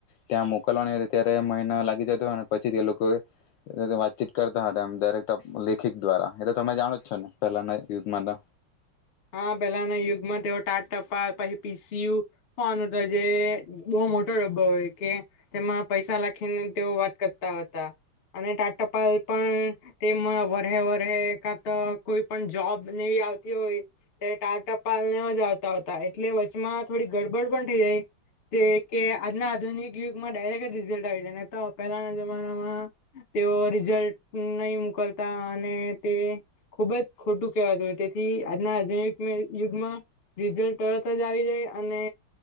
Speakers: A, on the left; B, on the left.
A: ત્યાં મોકલવાની હોય ત્યારે મહિના લાગી જતો અને પછી તે લોકો વાતચીત કરતા હતા આમ ડાયરેક્ટ લેખિત દ્વારા. એ તો તમે જાણો જ છો ને. પહેલાના યુગમાં તો
B: હા પેલાના યુગમાં તેઓ ટાટ ટપાલ પછી, પી સી યુ ફોન જે બહુ મોટો ડબ્બો હોય કે તેમાં પૈસા લાખીને તેઓ વાત કરતા હતા. અને ટાટ ટપાલ પણ તેમાં વર્હે, વર્હે કા તો કોઈ પણ જોબ આવતી હોય તે ટાલ ટપાલને જ આવતા હોતા એટલે વચમાં થોડી ગડબડ પણ થઈ જાય તે કે આજના આધુનિક યુગમાં ડાયરેક્ટ રીઝલ્ટ આવી જાય ને તો પહેલાના જમાનામાં તેઓ રિઝલ્ટ નહી મોકલતા અને તે ખુબ જ ખોટું કેહેવાતું. તેથી આજના આજ યુગમાં રિઝલ્ટ તરત જ આવી જાય અને